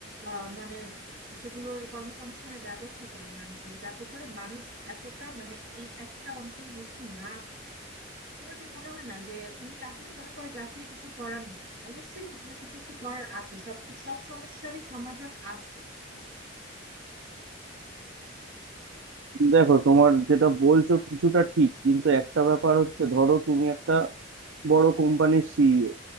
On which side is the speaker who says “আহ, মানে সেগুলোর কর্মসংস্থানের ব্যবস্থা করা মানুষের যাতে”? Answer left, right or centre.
Right